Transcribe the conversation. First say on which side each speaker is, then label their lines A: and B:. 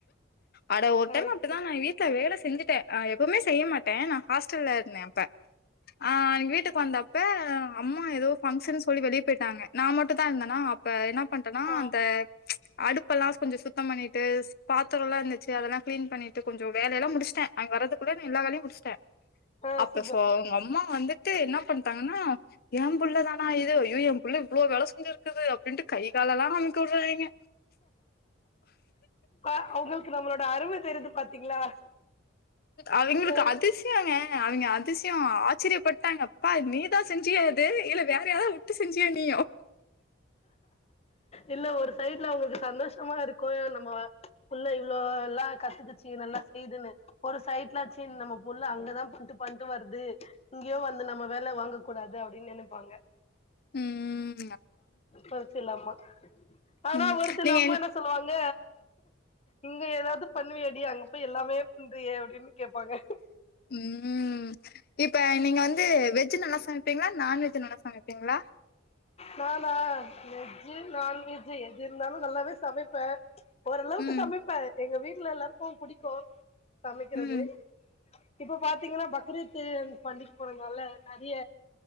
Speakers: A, on the left; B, on the left.
A: அட ஒரு
B: கரெக்ட்டு
A: டைம் அப்டிதா நா வீட்ல வேல செஞ்சுட்டேன் எப்பவுமே செய்ய மாட்டேன் நான் ஹாஸ் ஹாஸ்டல்ல இருந்தே அப்ப ஆ எங்க வீட்டுக்கு வந்தப்ப அம்மா ஏதோ பங்க்ஷன் சொல்லி வெளிய போயிட்டாங்க நான் மட்டு தான் இருந்தனா அப்ப என்ன பண்றனா
B: ஆ
A: அந்த அடுப் கடுப்பு எல்லா கொஞ்சசுத்த பண்ணிட்டு பாத்திரலா இருந்துச்சு அதெல்லாம் கிளீன் பண்ணிட்டு கொஞ்ச வேலெல்லாம் முடிச்சிட்டேன் அவங்க வறதுக்கு வேனு எல்லா வேலையு முடிச்ட்ட
B: ஆ
A: அப்ப
B: சூப்பர்
A: சோ அவுங்க அம்மா வந்து த்து என்ன பண்டாங்கனா என் புள்ள தானா இது ஐயோ என் புள்ள இவ்ளோ வேலை செஞ்சுரு இருக்குது அப்டின்ட்டு கை காலல்லா அமுக்கி விடுறாயங்க
B: அ அவுங்களுக்கு நம்மளோட அருமை தெரிது பாத்தீங்களா
A: அவங்களுக்கு
B: ஒரு
A: அதிசயங்க அவங்க அதிசி யம் ஆச்சரியபட்டாங்க அப்பா நீதா செஞ்சியா இது இல்ல வேற யாராது விட்டு செஞ்சியா நீ
B: இல்ல ஒரு சைட்ல அவுங்களுக்கு சந்தோஷமா இருக்கு ஏ நம்ம புள்ள இவ்ளோ எல்லா கத்துகுச்சு நல்லா செய்துன்னு ஒரு சைட்லாச்சு நம்ம புள்ள அங்கதா பண்ட்டு பண்ட்டு வருது இங்கயு வந்து நம்ம வேலை வாங்க கூடாது அப்டின்னு நெனைப்பாங்க
A: ம்ம்
B: பர்சு இல்லாம ஆனா
A: ம்
B: ஒரு சில
A: நீங்க
B: அம்மா
A: என்
B: என்னா சொல்லுவாங்க இங்க ஏதாவது பண்ணுவியாடி அங்க போய் எல்லாமே பண்றியே அப்டின்னு கேப்பாங்க
A: ம் இப்ப நீங்க வந் வெஜ் நல்லா சமைபீங்களா நான்வெஜ் நல்லா சமைபீங்களா
B: நானா வெஜ்ஜி நான்வெஜ்ஜி எது இருந்தாலு நல்லாவே சமைப்பே ஓரளவுக்கு
A: ம்
B: சமைப்பே எங்க வீட்டுல எல்லாருக்கு புடிக்கும் சமைக்றது
A: ம்
B: இப்ப பாத்தீங்கன்னா பக்ரீத்து பண்டிக போனனால நெறைய